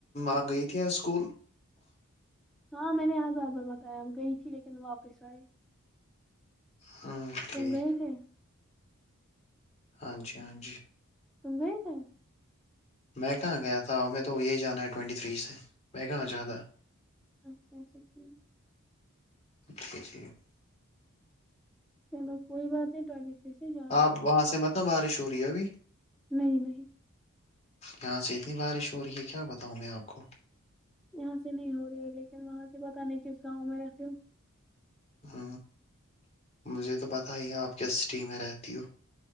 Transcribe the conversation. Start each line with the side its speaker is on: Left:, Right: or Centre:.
Left: آپ گئی تھی اسکول
Centre: ہاں میں نے یہ ہزار بار بتایا گئی تھی لیکن واپس آئی
Left: ہوں ٹھیک
Centre: تم گئے تھے
Left: ہاں جی ہاں جی
Centre: تم گیے تھے
Left: میں کہاں گیا تھا ہمیں تو یہی جانا ہے ٹوینٹی تھری سے میں کہاں جیادہ
Centre: اچھا ٹھیک
Left: <unintelligible>
Centre: چلو کوئی بات نہیں سے جانا
Left: آپ وہاں سے متنا بارش ہو رہی ہے ابھی
Centre: نہیں نہیں
Left: یہاں سے اتنی بارش ہو رہی ہے کیا بتاؤں میں آپ کو
Centre: یہاں سے نہیں ہو رہی ہے لیکن وہاں سے پتاہ نہیں کس گاؤں میں رہتیوں
Left: ہ مجھے تو پتہ ہی آپ کس سٹی میں رہتی ہو